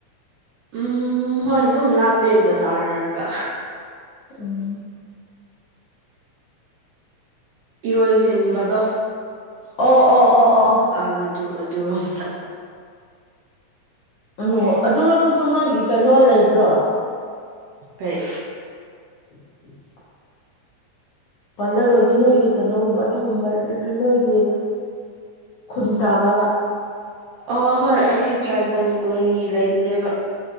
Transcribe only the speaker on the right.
ꯎꯝ ꯍꯣꯏ ꯑꯗꯨꯝ ꯂꯥꯞꯄꯦ ꯕꯖꯥꯔꯒ
ꯏꯔꯣꯏ ꯁꯦꯝꯕꯗꯣ
ꯑꯗꯨ ꯑꯗꯨꯔꯣꯝꯗ
ꯀꯩ
ꯑ ꯍꯣꯏ ꯑꯁꯤ ꯇ꯭ꯔꯥꯏꯕꯦꯜ ꯀꯣꯂꯣꯅꯤ ꯂꯩꯕꯅꯦꯕ